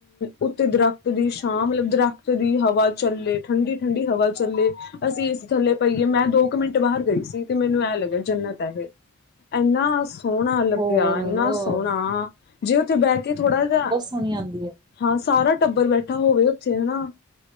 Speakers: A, on the left; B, on the right.
A: ਉੱਤੇ ਦ੍ਖ ਦੀ ਸ਼ਾਮ ਮਲਬ ਦਰੱਖਤ ਦੀ ਹਵਾ ਚੱਲੇ ਠੰਡੀ-ਠੰਡੀ ਹਵਾ ਚੱਲੇ। ਅਸੀਂ ਏ ਸੀ ਥੱਲੇ ਪਈਏ ਮੈਂ ਦੋ ਕੁ ਮਿੰਟ ਬਾਹਰ ਗਈ ਸੀ ਤੇ ਮੈਨੂੰ ਐਂ ਲੱਗਿਆ ਜੰਨਤ ਐ ਏਹੇ। ਐਨਾ ਸੋਹਣਾ ਲੱਗਿਆ
B: ਹੋਰ
A: ਐਨਾ ਸੋਹਣਾ ਜੇ ਉਥੇ ਬਹਿ ਕੇ ਥੋੜਾ ਜਾ
B: ਹੁਣਗ ਆਂਦੀ ਹੈ।
A: ਹਾਂ ਸਾਰਾ ਟੱਬਰ ਬੈਠਾ ਹੋਵੇ ਓਥੇ ਹਨਾ।